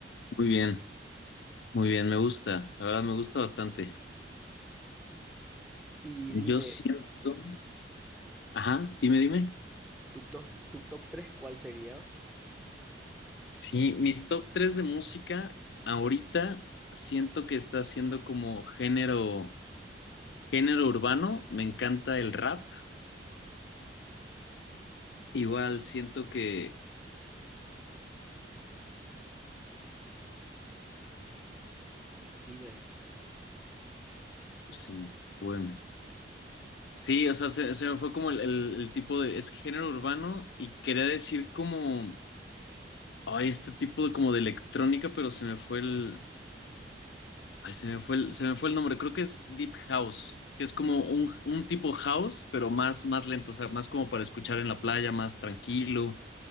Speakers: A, on the left (about 70°); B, in the centre.
A: muy bien. Muy bien, me gusta, la verdad me gusta bastante.
B: Y dime,
A: Yo siento, ajá, dime, dime.
B: tu top, tu top tres ¿cuál sería?
A: Sí, mi top 3 de música ahorita siento que está siendo como género, género urbano, me encanta el rap, igual siento que
B: Dime,
A: se me fue. Sí, o sea, se, se me fue como el, el- el tipo de, es género urbano y quería decir como, ay, este tipo de como de electrónica, pero se me fue el Ay, se me fue el, se me fue el nombre, creo que es Deep House, que es como un, un tipo house, pero más, más lento, o sea, más como para escuchar en la playa, más tranquilo.